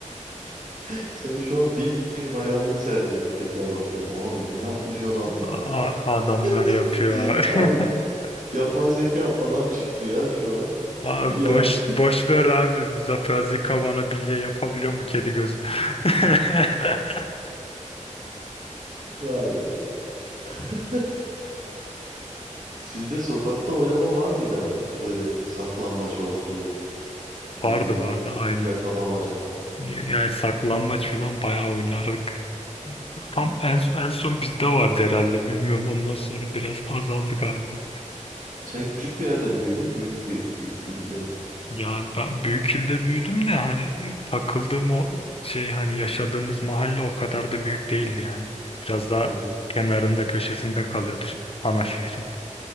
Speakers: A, on the right; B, on the left.
A: <laughs> Sen şu an bildiğin hayranlık sergiledin tekrar bak şöyle. Abi ne yapmış adamlar
B: A-
A: ya.
B: adamlar
A: <laughs>
B: yapıyor abi.
A: Abi
B: <laughs>
A: yapay zeka falan çıktı ya şu an. <laughs>
B: Abi
A: Yani
B: boş, boş ver abi. Muzaffer Zika bilye yapabiliyor mu kedi gözü? <laughs>
A: vay be. <laughs> Sizde sokakta oynama var mıydı abi? Böyle saklambaç olsun. ne
B: Vardı
A: bileyim
B: vardı aynen.
A: yakalamaca.
B: Yani saklambaç falan bayağı oynardık. Tam en, en son bizde vardı herhalde bilmiyorum. Ondan sonra biraz azaldı galiba.
A: Sen küçük bir yerden büyüdün, büyük bir il- ilde mi?
B: Yani ben büyük ilde büyüdüm de hani e, takıldığım o şey hani yaşadığımız mahalle o kadar da büyük değildi yani. Biraz daha
A: Hı hı.
B: kenarında köşesinde kalıyordu ana şehrin.